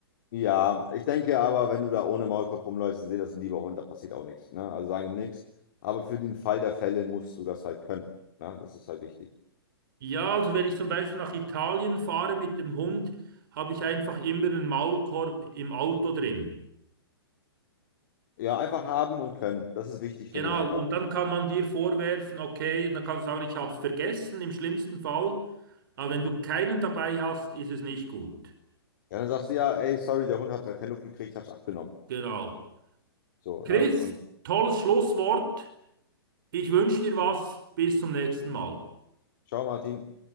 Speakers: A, on the left (about 50°); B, on the right (about 55°).
A: Ja, ich denke aber, wenn du da ohne Maulkorb rumläufst, die sehen das ein lieber Hund, da passiert auch nichts. Ne? Also sagen die nichts. Aber für den Fall der Fälle musst du das halt können. Ne? Das ist halt wichtig.
B: Ja, also wenn ich zum Beispiel nach Italien fahre mit dem Hund, habe ich einfach immer einen Maulkorb im Auto drin.
A: Ja, einfach haben und können. Das ist wichtig,
B: Genau,
A: finde ich einfach.
B: und dann kann man dir vorwerfen, okay, und dann kannst du sagen, ich habe es vergessen im schlimmsten Fall. Aber wenn du keinen dabei hast, ist es nicht gut.
A: Ja, dann sagst du ja, ey, sorry, der Hund hat gerade keine Luft gekriegt, ich hab's abgenommen.
B: Genau.
A: So,
B: Chris,
A: ne? Und
B: tolles Schlusswort. Ich wünsche dir was. Bis zum nächsten Mal.
A: ciao, Martin.